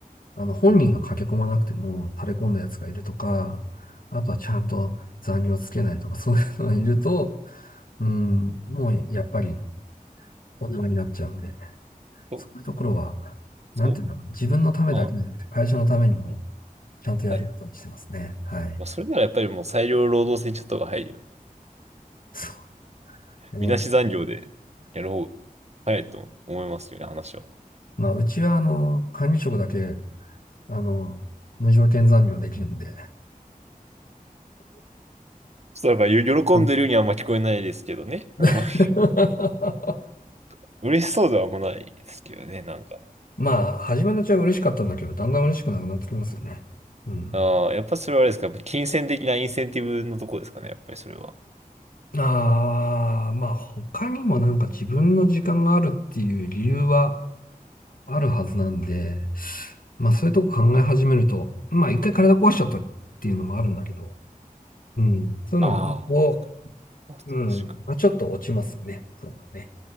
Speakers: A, on the left; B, on the right.
A: あの、本人が駆け込まなくても垂れ込んだやつがいるとか、あとはちゃんと残業つけないとか、そういうのがいると、うん、もうやっぱりお縄になっちゃうんで、
B: そうかそう
A: そういうところは、なんていうのかな、
B: そ
A: 自分のためだけじゃなくて、
B: うまあ、
A: 会社のためにも
B: うん
A: ちゃんとやることにしてますね。
B: はいはい。
A: はい。
B: まあ、それならやっぱりもう裁量労働制にちょっとが入るよね。
A: そうでね、
B: みなし残業でやる方が早いと思いますよね、話は。
A: まあ、うちは、あの、管理職だけ、あの、無条件残業できるんで、
B: そう、だからよ喜んでるようにはあんま聞こえないですけどね。
A: うん
B: あんまり
A: <laughs>
B: <laughs> 嬉しそうではあんまないですけどね、なんか。
A: まあ、初めのうちは嬉しかったんだけど、だんだん嬉しくなくなってきますよね。うん。
B: ああ、やっぱそれはあれですか、やっぱ金銭的なインセンティブのとこですかね、やっぱりそれは。
A: ああ、まあ、他にもなんか自分の時間があるっていう理由はあるはずなんで、まあ、そういうとこ考え始めると、まあ、一回体壊しちゃったっていうのもあるんだけど、うん。そういうのがね、
B: ああ。
A: こ
B: まあ確かに。
A: う、うん。まあ、ちょっと落ちますよね。そういうのはね。